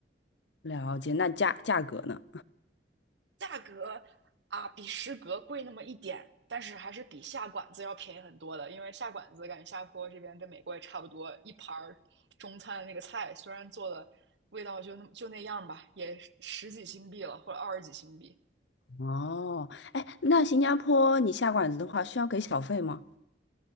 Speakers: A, on the left; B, on the right.
A: 了解，那价价格呢？
B: 价格啊比食阁贵那么一点，但是还是比下馆子要便宜很多的。因为下馆子感觉下坡这边跟美国也差不多，一盘中餐的那个菜虽然做的味道就那么就那样吧，也十几新币了或者二十几新币。
A: 哦，哎，那新加坡你下馆子的话需要给小费吗？